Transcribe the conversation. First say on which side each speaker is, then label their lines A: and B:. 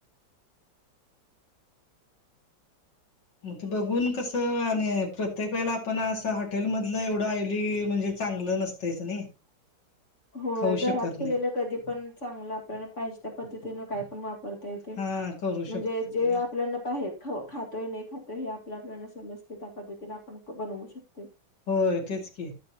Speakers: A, on the left (about 80°); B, on the left (about 45°).
A: मग ते बघून कसं आणि प्रत्येक वेळेला आपण असं हॉटेल मधलं एवढं आहिली म्हणजे चांगलं नसतच नाही.
B: <unintelligible> होय
A: खाऊ
B: घरात
A: शकत
B: केलेलं
A: नाही
B: कधी पण चांगलं आपल्याला पाहिजे त्या पद्धतीनं काय पण वापरतायेत. ते
A: हा करू शकतो
B: म्हणजे जे
A: आणि आत-
B: आपल्याना पाहे ख खातोय नाही खातोय हे आपल्या प्रण समजते त्या पद्धतीने आपण बनवू शकते.
A: होय तेच की